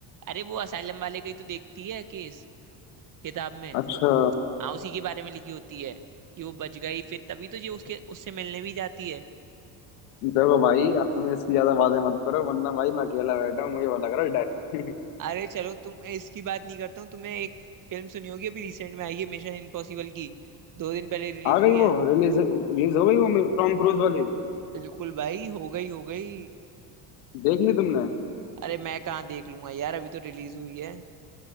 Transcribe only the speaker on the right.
अरे वो असाइलम वाले का ही तो देखती है केस किताब में
हाँ उसी के बारे में लिखी होती है कि वो बच गई फिर तभी तो ये उसके उससे मिलने भी जाती है
अरे चलो तुम इसकी बात नहीं करता हूँ तुमने एक फिल्म सुनी होगी अभी रिसेंट में आई है मिशन इम्पॉसिबल की दो दिन पहले रिलीज
हुई
है
बिल्कुल भाई हो गई हो गई
अरे मैं कहाँ देख लूंगा यार अभी तो रिलीज हुई है